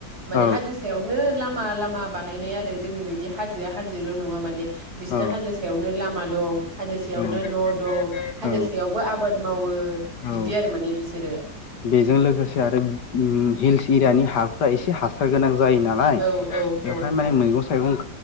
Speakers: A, on the right (about 65°); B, on the left (about 75°).
A: माने
B: औ
A: हाजो सायावनो लामा लामा बानायनाय आरो जोंनि बायदि हाजो हाजोल' नङा माने बिसिना
B: औ
A: हाजो सायावनो लामा दं हाजो सायावनो
B: औ
A: न' दं हाजो
B: औ
A: सायावबो आब मावो
B: औ
A: बिदि आरो माने बिसोरो।
B: बेजों लोगोसे आरो उम हिल्स इरानि हाफोरा एसे हासार गोनां जायोना लाय
A: औ
B: बेवहाय
A: औ औ
B: माने मैगं थाइगं